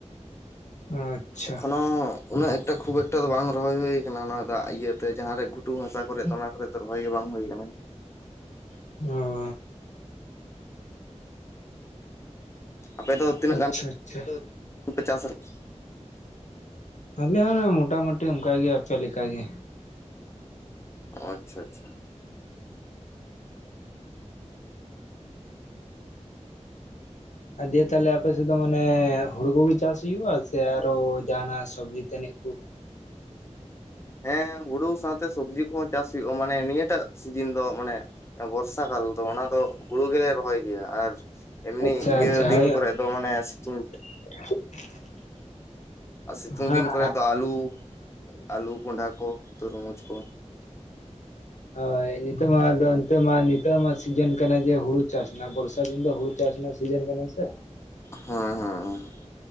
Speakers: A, on the left; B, on the left.
A: ᱟᱪᱪᱷᱟ
B: ᱮᱠᱷᱚᱱᱚ ᱩᱱᱟᱹᱜ ᱮᱠᱴᱟ ᱠᱷᱩᱵ ᱮᱠᱴᱟ ᱫᱚ ᱵᱟᱝ ᱨᱚᱦᱚᱭ ᱦᱩᱭ ᱟᱠᱟᱱᱟ ᱚᱱᱟ ᱫᱟᱜ ᱤᱭᱟᱹ ᱛᱮ ᱡᱟᱦᱟᱸ ᱨᱮ ᱜᱷᱩᱴᱩ ᱦᱟᱸᱥᱟ ᱠᱚᱨᱮᱜ ᱚᱱᱟ ᱠᱚᱨᱮᱜ ᱨᱚᱦᱚᱭ ᱜᱮ ᱵᱟᱝ ᱦᱩᱭ ᱠᱟᱱᱟ
A: <inaudible>
B: ᱟᱯᱮ ᱫᱚ ᱛᱤᱱᱟᱹᱜ
A: ᱟᱪᱪᱷᱟ
B: ᱜᱟᱱ
A: ᱟᱪᱪᱷᱟ
B: <inaudible> ᱯᱮ ᱪᱟᱥᱟ <unintelligible>
A: ᱟᱞᱮ ᱦᱚᱸ ᱢᱚᱴᱟᱢᱩᱴᱤ ᱚᱝᱠᱟ ᱜᱮ ᱟᱯᱮ ᱞᱮᱠᱟᱜᱮ
B: ᱟᱪᱪᱷᱟ ᱟᱪᱷᱟ
A: ᱟᱹ ᱫᱤᱭᱟᱹ ᱛᱟᱦᱚᱞᱮ ᱟᱯᱮ ᱥᱮᱫ ᱫᱚ ᱢᱟᱱᱮ ᱦᱩᱲᱩ ᱠᱚᱜᱮ ᱪᱟᱥ ᱦᱩᱭᱩᱜᱼᱟ ᱥᱮ ᱟᱨᱚ ᱡᱟᱦᱟᱱᱟᱜ ᱥᱚᱵᱽᱡᱤ ᱛᱟᱹᱱᱤᱡ ᱠᱩ
B: ᱦᱮᱸ ᱦᱩᱲᱩ ᱥᱟᱶᱛᱮ ᱥᱚᱵᱽᱡᱤ ᱠᱚᱦᱚᱸ ᱪᱟᱥ ᱦᱩᱭᱩᱜᱼᱟ ᱢᱟ ᱢᱟᱱᱮ ᱱᱤᱭᱟᱹᱴᱟᱜ ᱥᱤᱡᱤᱱ ᱫᱚ ᱢᱟᱱᱮ ᱵᱚᱨᱥᱟ ᱫᱟᱞ ᱫᱚ ᱚᱱᱟ ᱫᱚ ᱦᱩᱲᱩ ᱜᱮᱞᱮ ᱨᱚᱦᱚᱭ ᱜᱮᱭᱟ ᱟᱨ ᱮᱢᱱᱤ
A: ᱟᱪᱪᱷᱟ
B: ᱤᱭᱟᱹ
A: ᱟᱪᱪᱷᱟ
B: ᱫᱤᱱ
A: ᱦᱳᱭ
B: ᱠᱚᱨᱮ ᱫᱚ ᱢᱟᱱᱮ ᱥᱤᱛᱩᱝ
A: <unintelligible>
B: ᱟᱨ
A: ᱦᱮᱸ
B: ᱥᱤᱛᱩᱝ
A: ᱦᱮᱸ
B: ᱫᱤᱱ ᱠᱚᱨᱮ ᱫᱚ ᱟᱹᱞᱩ ᱟᱹᱞᱩ ᱠᱚᱱᱰᱷᱟ ᱠᱚ ᱛᱩᱨᱢᱩᱡᱽ ᱠᱚ
A: ᱦᱳᱭ ᱱᱤᱛᱚᱜ ᱢᱟ ᱫᱚ ᱱᱤᱛᱚᱜ ᱢᱟ ᱱᱤᱛᱚᱜ ᱢᱟ ᱥᱤᱡᱤᱱ ᱠᱟᱱᱟ ᱡᱮ ᱦᱩᱲᱩ ᱪᱟᱥ ᱨᱮᱱᱟᱜ ᱵᱚᱨᱥᱟ ᱫᱤᱱ ᱫᱚ ᱦᱩᱲᱩ ᱪᱟᱥ ᱨᱮᱱᱟᱜ ᱥᱤᱡᱮᱱ ᱠᱟᱱᱟ ᱥᱮ
B: ᱦᱳᱸᱭ ᱦᱚᱸ ᱦᱚᱸ